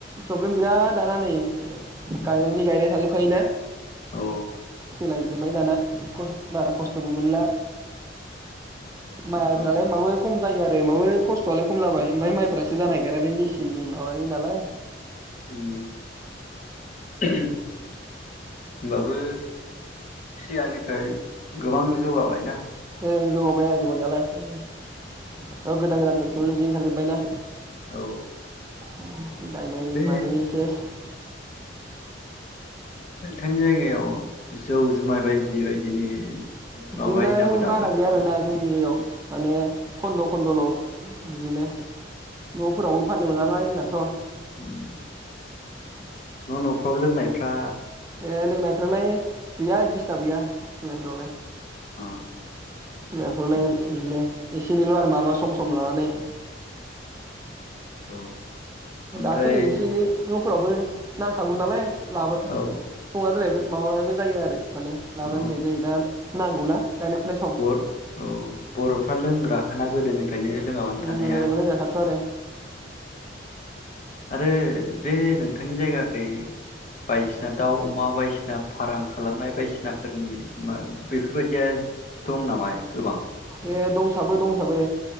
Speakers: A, on the right (about 15°); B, on the left (about 40°).
A: प्रब्लेम गैला दाना नै गायनायनि गायनाय थाजो खायोना।
B: औ।
A: सोलायजोबबाय दाना खस बारा खस्थ'बो मोनला। मालायफोरालाय
B: औ
A: माबो खम‌ जायो आरो माबो खस्थ'आलाय खम जाबाय ओमफ्राय माइफ्रासो जानो नागिरा बे मेसिननि माबानि नालाय।
B: उम। होनबाबो सिगांनिफ्राय गोबां जौगाबायना।
A: ओं जोगाबाबय आरो जौगानायालाय उम। अ गोदान गोदान‌ थेग नलजि ओंखारजोबबाय ना।
B: औ।
A: उम। गायनायनि
B: बे
A: मानायनि सेस
B: नोंथांनि जायगायाव जौ जुमाय बायदि बायदिनि माबायो
A: बिलाय
B: नामा दाबो
A: बारा गैया आरोना जोंनि नियाव माने खन्द खन्दल बिदिनो। नफोरावबो फाननो मोना नालाय। जोंनाथ
B: उम। न नफ्राव लोंनायफ्रा
A: ए लोंनायफ्रालाय गैया इदि हिसाब गैया लोंनायफ्रावलाय।
B: अ।
A: लोंनायफोरलाय बिदिनो एसे एनैल आरो मालाबा सम सम लानानै
B: औ। ओमफ्राय
A: दाथ नै एसे एनैफ्राव फोरावबो नांखागौ नालाय। लाबो संना
B: औ
A: दोनाय माबाबो जायो आरो। माने लाबानो
B: औ
A: लैबाय जायो दा नांगौनाा गायनाय फुनाय सम
B: बर औ बर'फ्रा लोंग्राखाना गोदोनिफ्रायनो लोङाबानो
A: उम
B: थानो हाया
A: दानाबा लांजाखाथ' आरो।
B: आरो बे नोंथांनि जायगाखौ खै बायदिसिना दाउ अमा बायदिसिना फार्म खालामनाय बायदिसिनाफोरनि मा बेफोरबायदिया दं नामा गोबां?
A: ए दंसाबो दंसाबो।